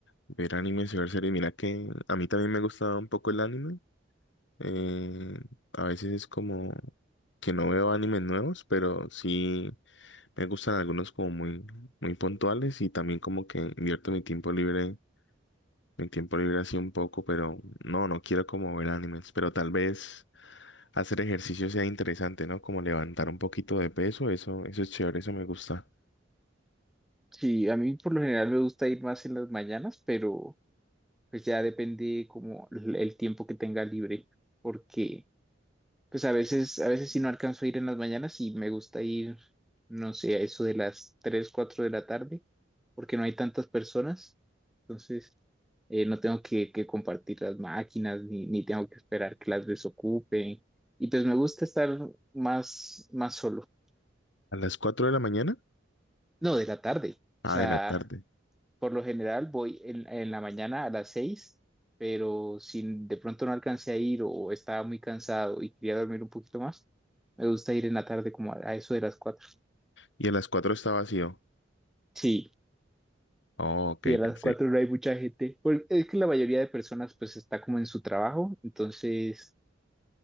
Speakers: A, on the left (about 70°); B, in the centre.
A: Ver anime y ver series. Mira que a mí también me gusta un poco el anime. Eh, a veces es como que no veo animes nuevos, pero sí me gustan algunos como muy, muy puntuales y también como que invierto mi tiempo libre, mi tiempo libre así un poco, pero no, no quiero como ver animes, pero tal vez hacer ejercicio sea interesante, ¿no? Como levantar un poquito de peso, eso, eso es chévere, eso me gusta.
B: Sí, a mí por lo general me gusta ir más en las mañanas, pero pues ya depende como el el tiempo que tenga libre, porque... Pues a veces, a veces sí no alcanzo a ir en las mañanas y me gusta ir, no sé, a eso de las 3 4 de la tarde, porque no hay tantas personas. Entonces, eh, no tengo que, que compartir las máquinas, ni, ni tengo que esperar que las desocupen. Y pues me gusta estar más, más solo.
A: A las cuatro de la mañana,
B: No, de la tarde.
A: ah,
B: O sea,
A: de la tarde.
B: Por lo general voy en, en la mañana a las seis, pero si de pronto no alcancé a ir o estaba muy cansado y quería dormir un poquito más, me gusta ir en la tarde como a, a eso de las cuatro.
A: Y a las 4 está vacío.
B: Sí,
A: Oh, ok,
B: sí, a las
A: pensé.
B: cuatro no hay mucha gente. Porque es que la mayoría de personas pues está como en su trabajo, entonces